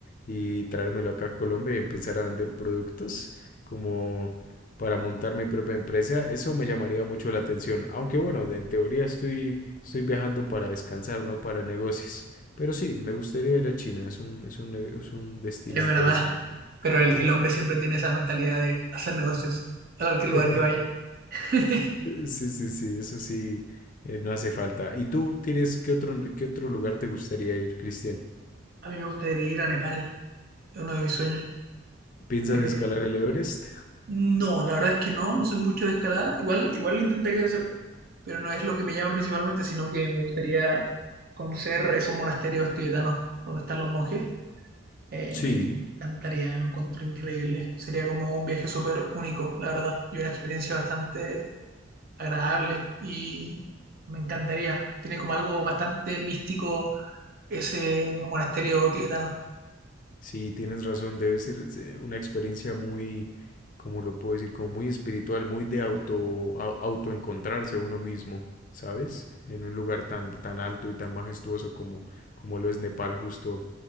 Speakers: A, on the left; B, on the right.
A: y traérmelo acá a Colombia y empezar a vender productos como para montar mi propia empresa, eso me llamaría mucho la atención. Aunque bueno, en teoría estoy, estoy viajando para descansar, no para negocios. Pero sí, me gustaría ir a China, es un, es un, ne- es un destino
B: Es verdad,
A: interesante.
B: pero el, el hombre siempre tiene esa mentalidad de hacer negocios a cualquier lugar
A: <laughs>
B: que vaya. <laughs>
A: Sí, sí, sí, eso sí, eh, no hace falta. ¿Y tú tienes qué otro, qué otro lugar te gustaría ir, Cristian?
B: A mí me gustaría ir a Nepal, es uno de mis sueños.
A: ¿Piensas
B: Eh,
A: escalar el Everest?
B: no, la verdad es que no, no sé mucho de escalada. Igual, igual lo intentaría hacer, pero no es lo que me llama principalmente, sino que me gustaría conocer esos monasterios tibetanos donde están los monjes Eh,
A: Sí.
B: me encantaría, lo encuentro increíble. Sería como un viaje súper único, la verdad, y una experiencia bastante agradable. Y me encantaría. Tiene como algo bastante místico ese monasterio tibetano.
A: Sí, tienes razón, debe ser eh, una experiencia muy, como lo puedo decir, como muy espiritual, muy de auto, au- autoencontrarse uno mismo, ¿sabes? En un lugar tan, tan alto y tan majestuoso como, como lo es Nepal justo,